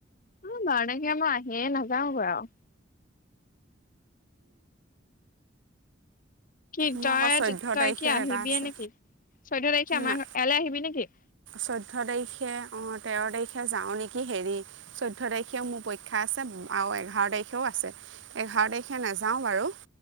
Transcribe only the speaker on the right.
মোৰ
আকৌ চৈধ্য
তাৰিখেও
এটা আছে
না
চৈধ্য তাৰিখে, অ, তেৰ তাৰিখে যাওঁ নেকি, হেৰি চৈধ্য তাৰিখেও মোৰ পৰীক্ষা আছে, আৰু এঘাৰ তাৰিখেও আছে। এঘাৰ তাৰিখে, নাযাওঁ বাৰু।